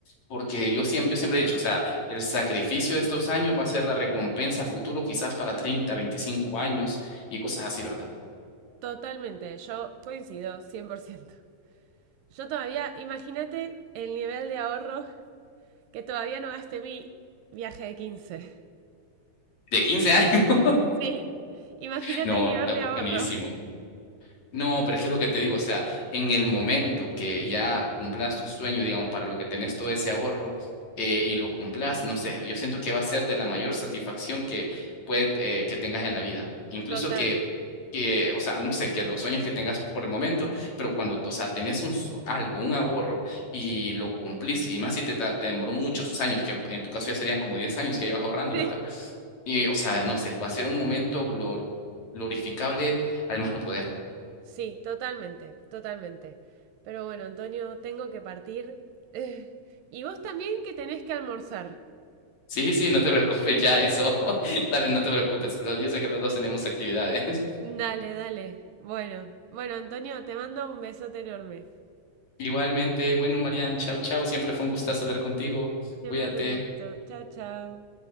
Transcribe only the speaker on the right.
Totalmente, yo coincido 100%. Yo todavía, imagínate el nivel de ahorro que todavía no gasté mi viaje de 15.
Sí, imagínate
el nivel
de ahorro.
Total.
Sí,
sí, totalmente, totalmente. Pero bueno, Antonio, tengo que partir. Eh, y vos también que tenés que almorzar.
Dale, dale. Bueno, bueno, Antonio, te mando un besote enorme.
Siempre
es un gusto. Chao, chao.